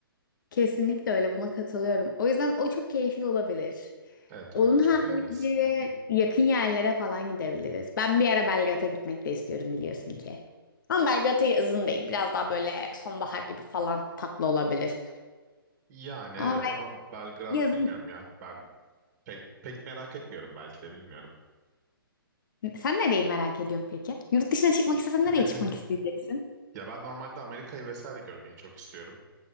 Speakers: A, on the left; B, on the right.
A: Kesinlikle öyle buna katılıyorum. O yüzden o çok keyifli olabilir.
B: Evet
A: Onun
B: orada çok
A: harici
B: eğleniriz. <laughs>
A: yakın yerlere falan gidebiliriz. Ben bir ara Belgrad'a gitmek de istiyorum biliyorsun ki. Ama Belgrad'a yazın değil. Biraz daha böyle sonbahar gibi falan tatlı olabilir.
B: Yani evet
A: Ama ben
B: ama Belgrad
A: yazın...
B: bilmiyorum ya. Ben Pek, pek merak etmiyorum belki de bilmiyorum.
A: Sen nereyi merak ediyorsun peki? Yurt dışına çıkmak istesen
B: <laughs>
A: nereye çıkmak isteyeceksin?
B: Ya ben normalde Amerika'yı vesaire görmeyi çok istiyorum.